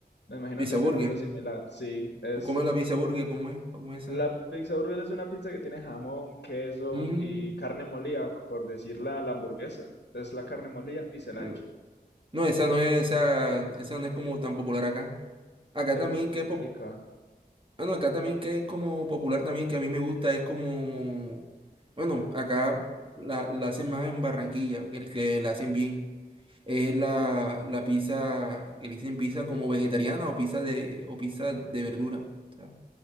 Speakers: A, on the left; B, on the right.
A: Me imagino
B: pizza
A: que será
B: burger.
A: algo similar. Sí, es
B: ¿Tú comes la pizza burger? ¿Cómo es? ¿Cómo es esa?
A: la pizza burger es una pizza que tiene jamón, queso
B: Mm,
A: y carne molida, por decirla, la hamburguesa. Es la carne molida y se la
B: mm,
A: echa.
B: no, esa no es, esa, esa no es como tan popular acá. Acá
A: Esa
B: también que
A: es
B: es pop-
A: rica.
B: bueno, acá también que es como popular también, que a mí me gusta, es como, bueno, acá la, la hacen más en Barranquilla, que el que la hacen bien. Es la, la pizza, que le dicen pizza como vegetariana o pizza de, o pizza de verdura. o sea.